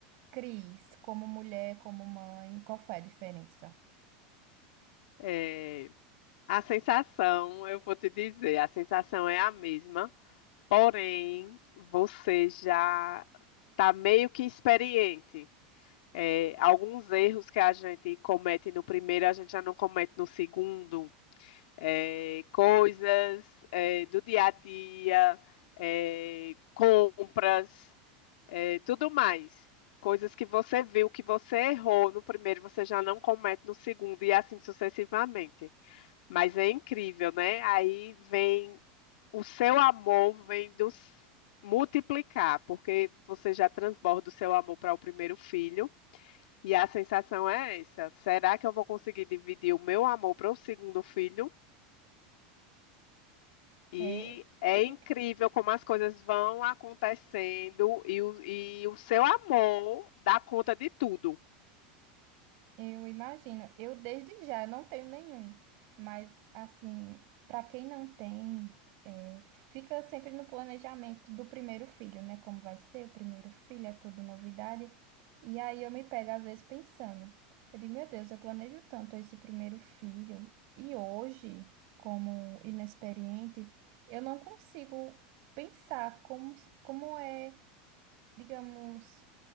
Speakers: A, on the right (about 50°); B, on the left (about 70°).
A: Cris, como mulher, como mãe, qual foi a diferença?
B: É, A sensação, eu vou te dizer, a sensação é a mesma, porém você já está meio que experiente. É, alguns erros que a gente comete no primeiro, a gente já não comete no segundo. É, coisas é, do dia a dia, é, compras, é, tudo mais. Coisas que você viu, que você errou no primeiro, você já não comete no segundo, e assim sucessivamente. Mas é incrível, né? Aí vem o seu amor vem do multiplicar, porque você já transborda o seu amor para o primeiro filho. E a sensação é essa: será que eu vou conseguir dividir o meu amor para o segundo filho? E
A: É,
B: é
A: é,
B: incrível
A: é,
B: como as coisas vão acontecendo e o, e o seu amor dá conta de tudo.
A: Eu imagino. Eu desde já eu não tenho nenhum, mas assim, para quem não tem, é, fica sempre no planejamento do primeiro filho, né? Como vai ser o primeiro filho, é tudo novidade. E aí eu me pego às vezes pensando, eu digo, meu Deus, eu planejo tanto esse primeiro filho e hoje, como inexperiente, eu não consigo pensar como como é, digamos,